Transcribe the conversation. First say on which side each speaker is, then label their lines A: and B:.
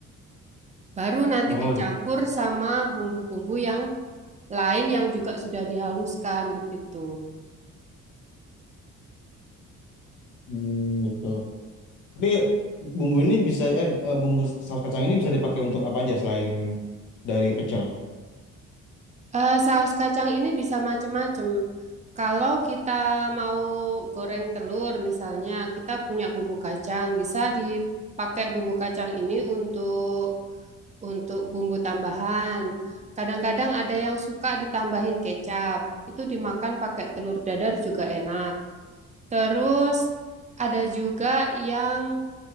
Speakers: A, on the right (about 25°); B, on the left (about 85°).
A: Baru nanti
B: Oh,
A: dicampur
B: gitu.
A: sama bumbu-bumbu yang lain yang juga sudah dihaluskan begitu.
B: Hmm, gitu. Tapi bumbu ini bisa eh eh, bumbu saus kacang ini bisa dipakai untuk apa aja selain dari pecel?
A: Eh, saus kacang ini bisa macam-macam. Kalau kita mau goreng telur misalnya, kita punya bumbu kacang, bisa dipakai bumbu kacang ini untuk untuk bumbu tambahan. Kadang-kadang ada yang suka ditambahin kecap. Itu dimakan pakai telur dadar juga enak. Terus ada juga yang